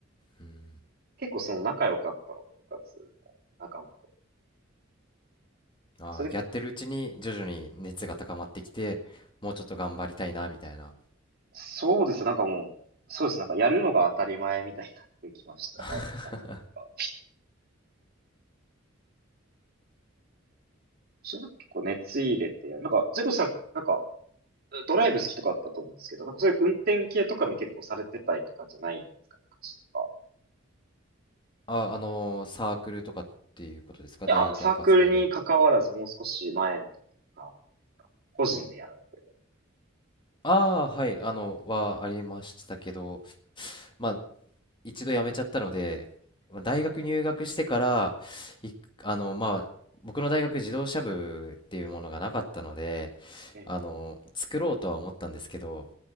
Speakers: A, on the left; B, on the right.
A: うん。
B: 結構その仲良かったので、部活の仲間と。
A: ああ、
B: それで結構、
A: やってるうちに徐々に熱が高まってきて、もうちょっと頑張りたいな、みたいな。
B: そうですね。なんかもう、そうです。なんかやるのが当たり前みたいになってきましたね、
A: <laughs>
B: 最後の方が。それなんか結構熱入れてやる。なんか、それこそさ、なんか、ドライブ好きとかあったと思うんですけど、なんかそういう運転系とかでも結構されてたりとかじゃないんですか、昔とか。
A: あ、あのーサークルとかっていうことですか大学の活動で。
B: いや、サークルに関わらずもう少し前の時とか、個人でやらないとです
A: ああ、はい、あの、はありましたけど、まあ、一度辞めちゃったので、まあ大学入学してから、いあの、まあ、僕の大学自動車部っていうものがなかったので、
B: ね。
A: あの、作ろうとは思ったんですけど、